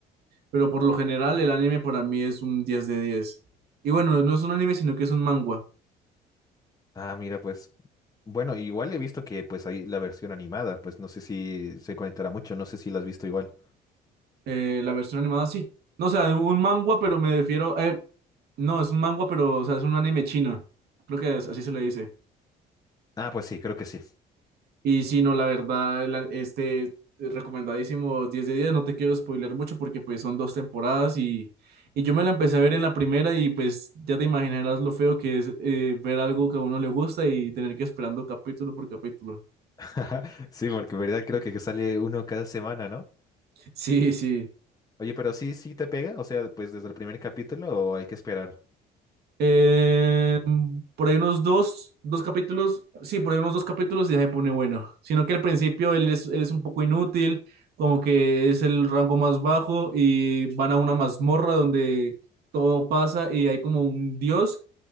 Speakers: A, on the right; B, on the left.
A: Pero por lo general, el anime para mí es un diez de diez Y bueno, no es un anime, sino que es un manga.
B: Ah, mira, pues Bueno, igual he visto que pues hay la versión animada, pues no sé si se conectará mucho, no sé si la has visto igual.
A: Eh, la versión animada sí. No, o sea, un manga, pero me refiero. eh, no, es un manga, pero o sea, es un anime chino. Creo que es- así se le dice.
B: Ah, pues sí, creo que sí.
A: Y sí, no, la verdad, el a- este eh, recomendadísimo diez de diez No te quiero spoiler mucho porque pues son dos temporadas y, y yo me la empecé a ver en la primera y pues ya te imaginarás lo feo que es eh, ver algo que a uno le gusta y tener que esperando capítulo por capítulo.
B: <laughs> Sí, porque en verdad creo que sale uno cada semana, ¿no?
A: <laughs> Sí, sí.
B: Oye, pero sí, sí te pega, o sea, pues desde el primer capítulo o hay que esperar.
A: Eh, por ahí unos dos, dos capítulos, sí, por ahí unos dos capítulos y ya se pone bueno. Sino que al principio él es, él es un poco inútil, como que es el rango más bajo y van a una mazmorra donde todo pasa y hay como un dios